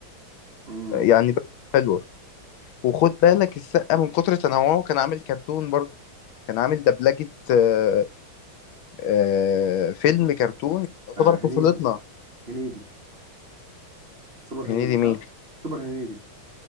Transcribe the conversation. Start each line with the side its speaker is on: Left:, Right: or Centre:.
Right: امم
Left: يعني ده حلوه وخد بالك السقا من كتر تنوعه كان عامل كرتون برضه كان عامل دبلجه آه، آه، فيلم كرتون يعتبر طفولتنا
Right: هنيدي هنيدي سوبر
Left: هنيدي
Right: هنيدي صح
Left: مين
Right: سوبر هنيدي